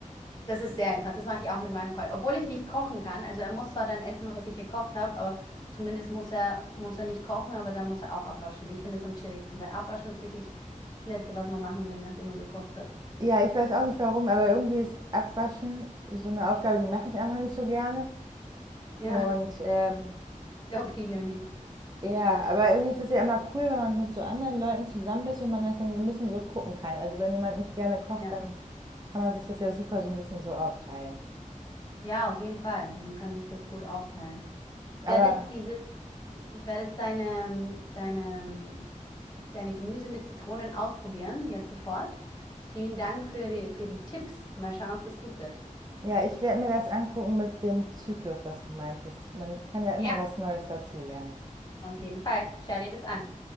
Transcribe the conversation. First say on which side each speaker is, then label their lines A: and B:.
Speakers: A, on the left; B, on the right.
A: Das ist sehr entspannt. Das mache ich auch mit meinem Freund. Obwohl ich nicht kochen kann. Also er muss zwar dann essen, was ich gekocht habe, aber zumindest muss er, muss er nicht kochen, aber dann muss er auch abwaschen. Ich finde es am chilligsten, weil abwaschen ist wirklich das Letzte, was man machen will, nachdem man gekocht hat.
B: Ja, ich weiß auch nicht warum, aber irgendwie ist Abwaschen so eine Aufgabe, die mache ich einfach nicht so gerne.
A: Ja,
B: Und
A: <laughs>
B: ähm,
A: ich glaube viele nicht.
B: ja, aber irgendwie ist es ja immer cool, wenn man mit so anderen Leuten zusammen ist und man das dann so ein bisschen so gucken kann. Also wenn jemand nicht gerne kocht,
A: Ja.
B: dann kann man sich das ja super so ein bisschen so aufteilen.
A: Ja, auf jeden Fall. Man kann sich das gut aufteilen.
B: Aber
A: Ich werde jetzt diese, ich werde jetzt deine, deine, deine Gemüse mit Zitronen ausprobieren, jetzt sofort. Vielen Dank für die, für die Tipps. Mal schauen, ob das gut wird.
B: Ja, ich werde mir das angucken mit dem Zyklus, was du meinst. Man kann ja immer
A: Ja,
B: was Neues dazulernen.
A: auf jeden Fall. Schau dir das an.